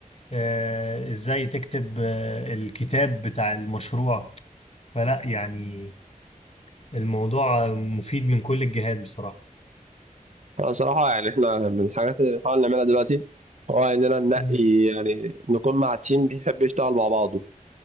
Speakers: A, on the left (about 50°); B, on the right (about 55°).
A: آه، إزاي تكتب آه، الكتاب بتاع المشروع فلا يعني الموضوع مفيد من كل الجهات بصراحة
B: انا صراحه يعني احنا من الحاجات اللي بنحاول نعملها دلوقتي هو اننا ننقي
A: مم.
B: يعني نكون مع تيم بيحب يشتغل مع بعضه